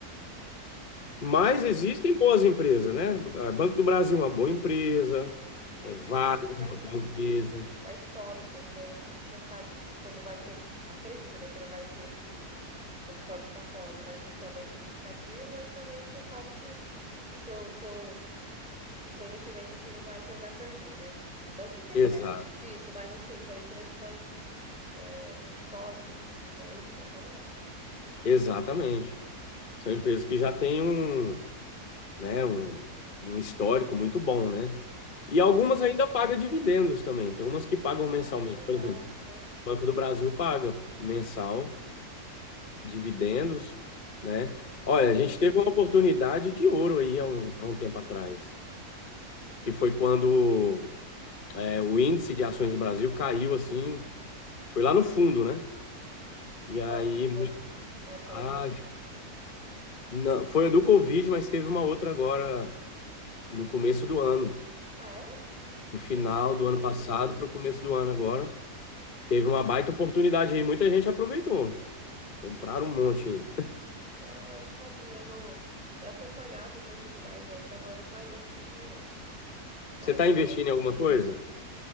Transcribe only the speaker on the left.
Mas existem boas empresas, né? Ah, Banco do Brasil é uma boa empresa,
é
Vale,
é
uma boa empresa.
Exato,
exatamente. São
empresas que já têm um, né, um, um histórico muito bom, né? E algumas
ainda pagam dividendos também. Tem umas que pagam
mensalmente.
Por exemplo,
Banco do Brasil paga mensal, dividendos, né? Olha,
a gente teve uma oportunidade de ouro aí há um, há um tempo atrás, que foi quando é, o índice de ações do Brasil caiu assim, foi lá no fundo, né? E aí,
mu-
ah,
não, foi a do Covid, mas teve uma outra agora no começo
do ano,
no final
do ano passado
para o começo do ano agora. Teve uma baita oportunidade aí, muita gente aproveitou. Compraram um monte aí.
<laughs>
Você está investindo
em alguma coisa?